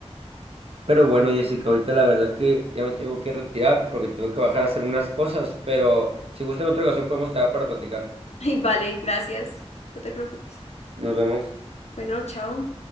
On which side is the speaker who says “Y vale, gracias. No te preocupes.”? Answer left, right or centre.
Left